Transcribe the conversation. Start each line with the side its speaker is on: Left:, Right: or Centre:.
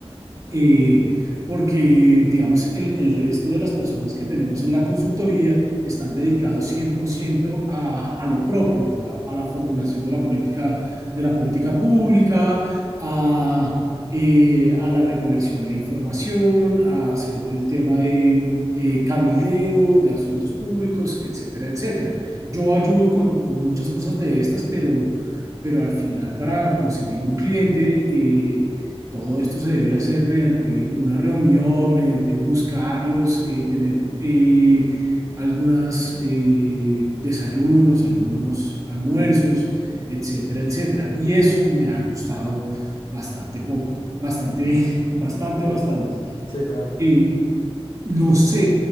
Right: eh, porque, digamos, el, el resto de las personas que tenemos en la consultoría están dedicados 100% a, a lo propio, o sea, a la formulación de la política, de la política pública, a, eh, a la recolección de información, a hacer el tema de eh, cabildeo, de asuntos públicos, etcétera, etcétera. Yo ayudo con, con muchas cosas de estas, pero, pero al final para conseguir un cliente... eh, todo esto se debe hacer mediante una reunión, mediante buscarlos, eh, tener eh, algunos eh, desayunos, algunos almuerzos, etcétera, etcétera. Y eso me ha costado bastante poco, bastante, <laughs> bastante, bastante.
Left: Sí, sí, claro.
Right: Eh, no sé,